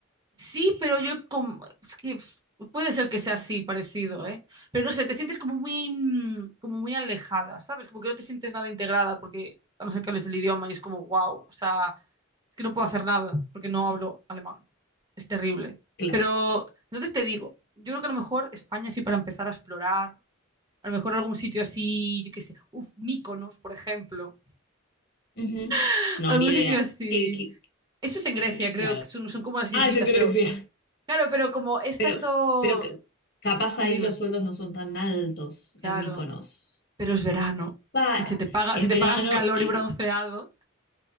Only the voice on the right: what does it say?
sí, pero yo como... Es que pff, puede ser que sea así, parecido, ¿eh? Pero no sé, te sientes como muy, mm, como muy alejada, ¿sabes? Como que no te sientes nada integrada porque, a no ser que hables el idioma y es como, wow, o sea, es que no puedo hacer nada porque no hablo alemán. Es terrible.
Pero, entonces te digo, yo creo que a lo mejor España sí para empezar a explorar. A lo mejor algún sitio así, yo qué sé, uf, Mykonos, por ejemplo.
<laughs>
Algún
sitio así.
Eso es en Grecia,
creo,
que son, son como las
islitas,
pero claro, pero como es
tanto.
Dime,
dime.
Claro,
pero es verano
y se te paga,
se te
pagan calor
y bronceado.